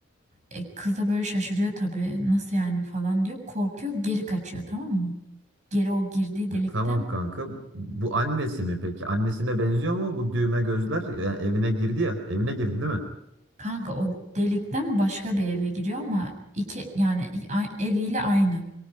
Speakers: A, on the right; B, on the right.
A: E, kız da böyle şaşırıyor tabii nasıl yani falan diyor korkuyor geri kaçıyor tamam mı? Geri o girdiği delikten
B: E, Tamam kanka. Bu annesi mi peki? Annesine benziyor mu bu düğme gözler? E, evine girdi ya. Evine girdi değil mi?
A: kanka o delikten başka bir eve giriyor ama iki yani a- eviyle aynı.